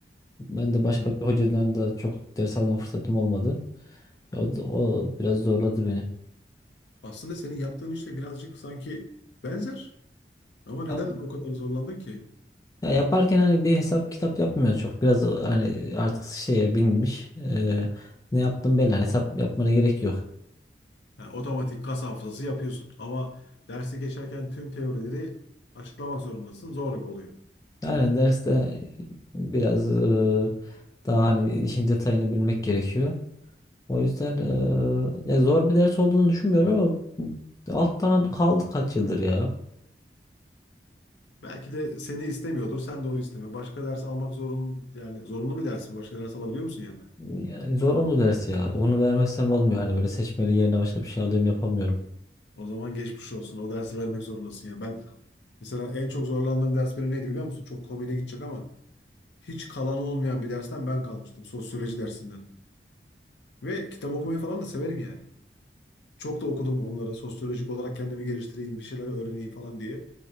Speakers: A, on the left; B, on the left.
A: Ben de
B: Hmm.
A: başka bir hocadan da çok ders alma fırsatım olmadı. O, o biraz zorladı beni.
B: Aslında senin yaptığın işle birazcık sanki benzer. Ama neden
A: Ama
B: o kadar zorlandın ki?
A: Ya yaparken hani bir hesap kitap yapmıyor çok. Biraz hani artık şeye binmiş. Eee, ne yaptım belli. Hani hesap yapmana gerek yok.
B: Ha, otomatik kas hafızası yapıyorsun. Ama dersi geçerken tüm teorileri açıklamak zorundasın. Zor oluyor.
A: Aynen derste biraz eee, daha hani işin detayını bilmek gerekiyor. O yüzden eee, ya zor bir ders olduğunu düşünmüyorum ama alttan kaldı kaç yıldır ya.
B: Belki de seni istemiyordur. Sen de onu isteme. Başka ders almak zorun yani zorunlu bir ders mi? Başka ders alabiliyor musun yerine?
A: Ya, zorunlu ders ya. Onu vermezsem olmuyor. Hani böyle seçmeli yerine başka bir şey alayım yapamıyorum.
B: O zaman geçmiş olsun. O dersi vermek zorundasın ya. Ben mesela en çok zorlandığım ders benim neydi biliyor musun? Çok komiğine gidecek ama hiç kalan olmayan bir dersten ben kalmıştım. Sosyoloji dersinden. Ve kitap okumayı falan da severim yani. Çok da okudum onları. Sosyolojik olarak kendimi geliştireyim, bir şeyler öğreneyim falan diye.